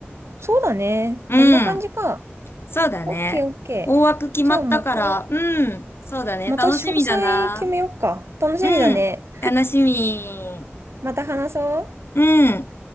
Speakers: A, on the right; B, on the left.
A: そうだね。
B: うん。
A: こんな感じか。
B: そうだね。
A: オッケーオッケー。
B: 大枠決まったから、
A: じゃあ、また、
B: うん、そうだね。
A: また詳細決めようか。
B: 楽しみだな。
A: 楽しみだね。
B: うん、楽しみ。
A: また話そう。
B: うん。